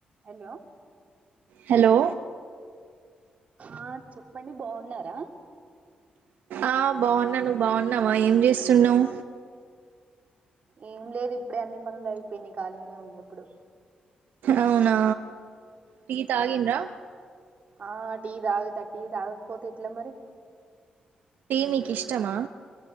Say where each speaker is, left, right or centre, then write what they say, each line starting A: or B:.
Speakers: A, on the right; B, on the right.
A: Hello
B: hello
A: ఆ చెప్పండి బావున్నారా
B: ఆ బావున్నా నువ్వు బావున్నావా ఏం చేస్తున్నవ్
A: ఏం లేదు ఇప్పుడే అన్ని పనులు అయిపోయినాయి ఖాళీగానే ఉన్నా ఇప్పుడు
B: అవునా టీ తాగిండ్రా
A: ఆ టీ తాగుతా టీ తాగకపోతే ఎట్లా మరి
B: మీక్ ఇష్టమా